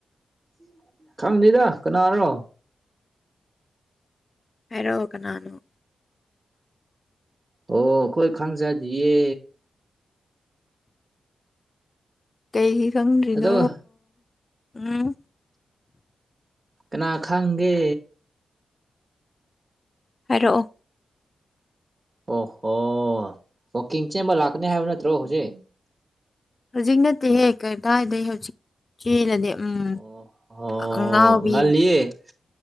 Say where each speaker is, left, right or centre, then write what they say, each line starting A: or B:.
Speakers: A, on the right (about 30°); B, on the left (about 40°).
A: <unintelligible> ꯈꯪꯗꯦꯗ ꯀꯅꯥꯔꯣ
B: ꯍꯥꯏꯔꯛꯑꯣ ꯀꯅꯥꯅꯣ
A: ꯑꯣ ꯑꯩꯈꯣꯏ ꯈꯪꯖꯗꯤꯌꯦ
B: ꯀꯩꯒꯤ ꯈꯪꯗ꯭ꯔꯤꯅꯣ
A: ꯑꯗꯣ
B: ꯎꯝ
A: ꯀꯅꯥ ꯈꯡꯒꯦ
B: ꯍꯥꯏꯔꯛꯑꯣ
A: ꯑꯣꯍꯣ ꯋꯥꯀꯤꯡ ꯆꯦꯟꯕ ꯂꯥꯛꯀꯅꯤ ꯍꯥꯏꯕ ꯅꯠꯇ꯭ꯔꯣ ꯍꯧꯖꯤꯛ
B: ꯍꯧꯖꯤꯛ ꯅꯠꯇꯦꯍꯦ ꯀꯩꯗꯥꯏꯗꯩ ꯍꯧꯖꯤꯛ ꯆꯦꯜꯂꯗꯤ ꯎꯝ
A: ꯑꯣꯍꯣ
B: ꯑꯉꯥꯎꯕꯤ
A: ꯉꯜꯂꯤꯌꯦ